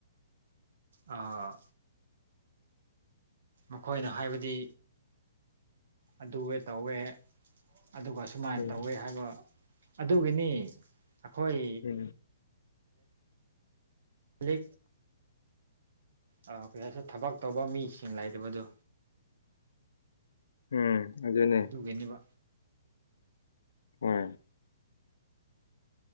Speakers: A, on the right; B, on the left.
A: ꯑꯥ ꯃꯈꯣꯏꯅ ꯍꯥꯏꯕꯗꯤ ꯑꯗꯨ ꯇꯧꯋꯦ ꯑꯗꯨꯒ ꯁꯨꯃꯥꯏꯅ
B: ꯎꯝ
A: ꯇꯧꯋꯦ ꯍꯥꯏꯕ ꯑꯗꯨꯒꯤꯅꯤ ꯑꯩꯈꯣꯏ
B: ꯎꯝ
A: ꯂꯤ ꯑ ꯀꯩꯁ ꯊꯕꯛ ꯇꯧꯕ ꯃꯤꯁꯤꯡ ꯂꯩꯇꯕꯗꯣ
B: ꯎꯝ ꯑꯗꯨꯅꯦ
A: ꯑꯗꯨꯒꯤꯅꯦꯕ
B: ꯎꯝ